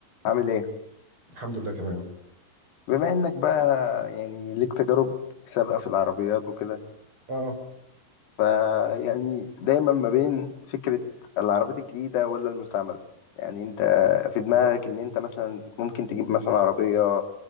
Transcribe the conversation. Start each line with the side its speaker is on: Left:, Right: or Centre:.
Left: عامل ايه
Right: الحمد لله تمام
Left: بما انك بقى يعني ليك تجارب سابقة في العربيات وكده
Right: اه
Left: فيعني دايما ما بين فكرة العربيات الجديدة ولا المستعملة يعني انت في دماغك ان انت مثلا ممكن تجيب مثلا عربية